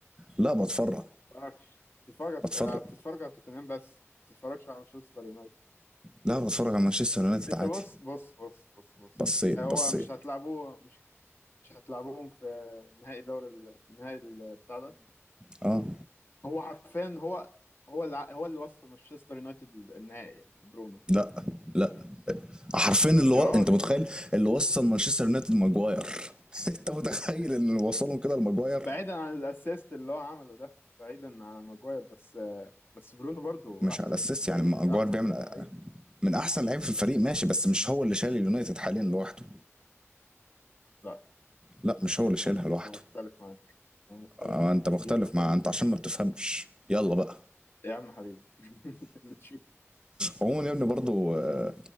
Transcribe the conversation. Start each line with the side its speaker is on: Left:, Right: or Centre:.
Right: لا بتفرج
Left: بتتفرجش بتتفرج
Right: بتفرج
Left: لا، بتتفرج على توتنهام بس ما بتتفرجش على مانشستر يونايتد
Right: لا بتفرج على مانشستر يونايتد
Left: انت
Right: عادي
Left: بص بص بص بص بص
Right: بصيت
Left: هو
Right: بصيت
Left: مش هتلعبوه مش مش هتلعبهم في نهائي دوري ال- النهائي ال- بتاع ده
Right: اه
Left: هو حرفيا هو هو اللي هو اللي وصل مانشستر يونايتد النهائي يعني برونو
Right: لا لا حرفيا اللي
Left: يا
Right: و...
Left: راجل
Right: انت متخيل اللي وصل مانشستر يونايتد ماجواير <laughs> انت متخيل ان اللي وصلهم كده لماجواير
Left: بعيدا عن الاسيست اللي هو عمله ده بعيدا عن ماجواير بس بس برونو برضو
Right: مش
Left: احسن
Right: على اساس
Left: فريق
Right: يعني ماجواير
Left: احسن
Right: بيعمل
Left: لعيب
Right: من احسن لعيب في الفريق ماشي بس مش هو اللي شايل اليونايتد حاليا لوحده
Left: لا
Right: لا مش هو اللي شايلها لوحده
Left: انا مختلف معاك انا مختلف
Right: آه،
Left: معاك
Right: انت
Left: جدا
Right: مختلف مع انت عشان ما بتفهمش يلا بقى
Left: يا عم حبيبي <laughs> اللي تشوف
Right: عموما يا ابني برضو آه،